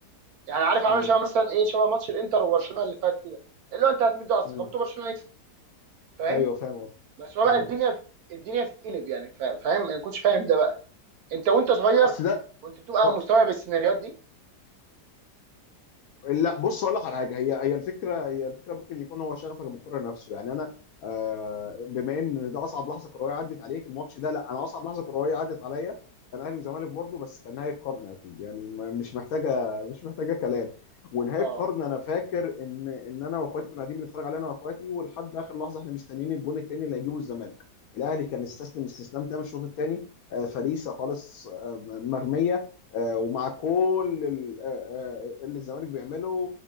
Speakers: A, on the right; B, on the left.
A: يعني عارف عامل
B: مم.
A: شبه مثلا ايه شبه ماتش الانتر وبرشلونه اللي فات كده اللي هو انت هتمده على استقامته
B: مم.
A: برشلونه هيكسب فاهم
B: ايوه فاهم قصدي
A: بس هو
B: مم.
A: بقى الدنيا الدنيا بتتقلب يعني فا- فاهم انا ما كنتش فاهم ده بقى انت وانت صغير
B: اصل ده
A: كنت بتبقى
B: آه.
A: مستوعب السيناريوهات دي
B: لا بص اقول لك على حاجه هي هي الفكره هي الفكره ممكن يكون هو شغفك بالكره نفسه يعني انا آه، بما ان ده اصعب لحظه كرويه عدت عليك الماتش ده لا انا اصعب لحظه كرويه عدت عليا كان اهلي وزمالك برضه بس كان نهايه قرن اكيد يعني ما- مش محتاجه مش محتاجه كلام ونهايه
A: اه
B: قرن انا فاكر ان ان انا واخواتي كنا قاعدين بنتفرج عليه انا واخواتي ولحد اخر لحظه احنا مستنيين الجون التاني اللي هيجيبه الزمالك الاهلي كان استسلم استسلام تام الشوط الثاني فريسه خالص آه، مرميه آه، ومع كل ال- آه، آه، اللي الزمالك بيعمله